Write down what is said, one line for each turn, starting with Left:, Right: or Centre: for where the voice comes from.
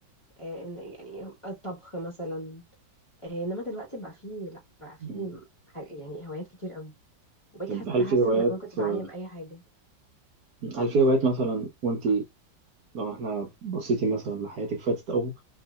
Left: آه، إن- يعني الطبخ مثلا آه، انما دلوقتي بقى فيه لا بقى فيه
Right: م.
Left: ح- يعني هوايات كتير قوي وبقيت
Right: طب
Left: حاسة
Right: هل
Left: تحس
Right: في هوايات
Left: انك ممكن تتعلم
Right: آه،
Left: اي حاجة
Right: هل في هوايات مثلا وانت لو احنا بصيتي مثلا لحياتك فاتت او